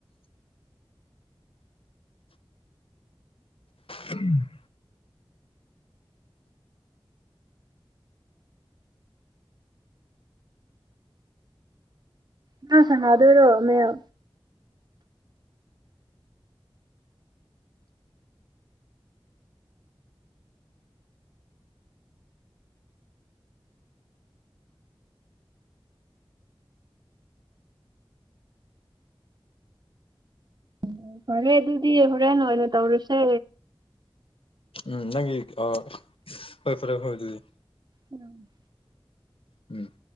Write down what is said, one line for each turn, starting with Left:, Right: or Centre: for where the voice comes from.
Left: ꯎꯝ
Right: ꯅꯪ ꯁꯥꯅꯥꯗꯣꯏꯔꯣ ꯃꯦꯜ ꯑꯣ ꯐꯔꯦ ꯑꯗꯨꯗꯤ ꯍꯣꯔꯦꯟ ꯑꯣꯏꯅ ꯇꯧꯔꯁꯦ
Left: ꯎꯝ ꯅꯪꯒꯤ ꯑ ꯍꯣꯏ ꯐꯔꯦ ꯐꯔꯦ ꯑꯗꯨꯗꯤ
Right: ꯎꯝ
Left: ꯎꯝ